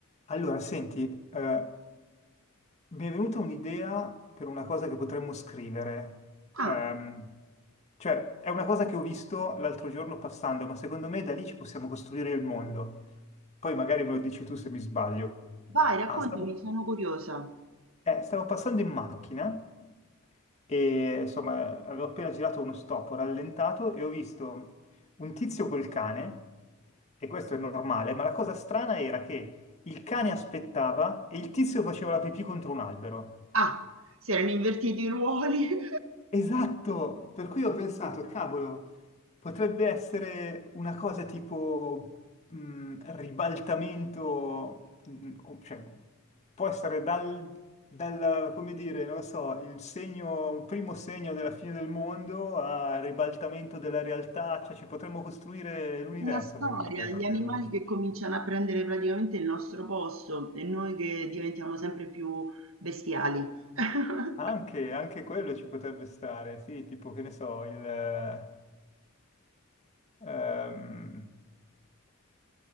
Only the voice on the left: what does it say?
Allora, senti, eh, mi è venuta un'idea per una cosa che potremmo scrivere.
Ehm, cioè, è una cosa che ho visto l'altro giorno passando, ma secondo me da lì ci possiamo costruire il mondo. Poi magari me lo dici tu se mi sbaglio.
Ah, stavo-
eh, stavo passando in macchina e insomma avevo appena girato uno stop, ho rallentato e ho visto un tizio col cane, e questo è normale, ma la cosa strana era che il cane aspettava e il tizio faceva la pipì contro un albero.
Esatto, per cui ho pensato, cavolo, potrebbe essere una cosa tipo mh, ribaltamento, mh, o- cioè può essere dal, dal, come dire, non lo so, il segno, primo segno della fine del mondo a ribaltamento della realtà, cioè ci potremmo costruire l'universo,
secondo me, a
partire
da questa
scena.
Anche, anche quello ci potrebbe stare, sì, tipo che ne so, il... eh, ehm,